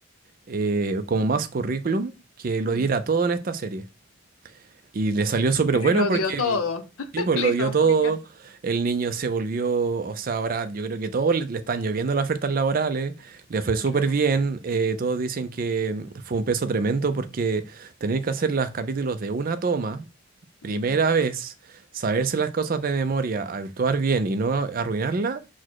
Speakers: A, on the right; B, on the left.
A: eh, como más currículum, que lo
B: mm,
A: diera todo en esta serie. Y le salió súper
B: Y
A: bueno
B: Lo
A: porque
B: dio todo.
A: el
B: <laughs>
A: tipo lo
B: Le hizo
A: dio todo.
B: muy ca-
A: El niño se volvió, o sea, ahora yo creo que todos le, le están lloviendo las ofertas laborales, le fue súper
B: Claro.
A: bien, eh, todos dicen que mm, fue un peso tremendo porque tener que hacer los capítulos de una toma, primera
B: Mm,
A: vez, saberse las cosas de memoria, actuar bien y no arruinarla,